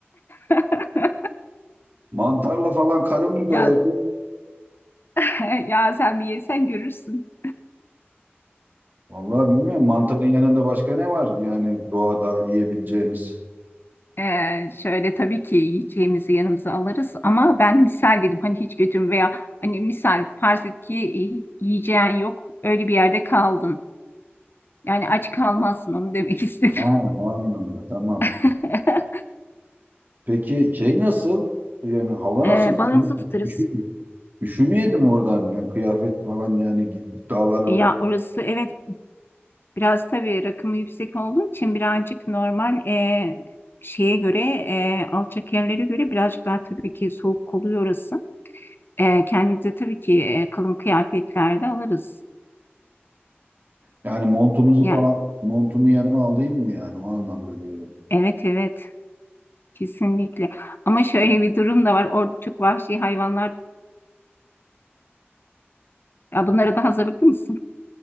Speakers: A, on the left; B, on the right.
A: <laughs>
B: Mantarla falan karın mı doyar
A: Ya,
B: kız?
A: <laughs> ya sen bir yesen görürsün.
B: Vallahi bilmiyorum. Mantarın yanında başka ne var yani doğada yiyebileceğimiz?
A: Ee, şöyle tabii ki yiyeceğimizi yanımıza alırız ama ben misal dedim hani hiç götürme veya hani misal farz et ki e, yiyeceğin yok öyle bir yerde kaldın. Yani aç kalmazsın onu demek istedim.
B: Ha, o anlamda tamam.
A: <laughs>
B: Peki şey nasıl? Yani hava
A: Ee,
B: nasıl?
A: balığımızı
B: Üşü,
A: tutarız.
B: üşü- üşümeyelim oradan. Yani kıyafet falan yani gid- dağlara
A: Ya orası evet biraz tabii rakımı yüksek olduğu için birazcık normal e, şeye göre e, alçak yerlere göre birazcık daha tabii ki soğuk oluyor orası. E, kendimize tabii ki e, kalın kıyafetlerde alırız.
B: yani montumuzu
A: Yani
B: falan montumu yanıma alayım mı yani o anlamda diyorum.
A: evet evet. Kesinlikle. Ama şöyle bir durum da var. Orada çok vahşi hayvanlar. Ya bunlara da hazırlıklı mısın?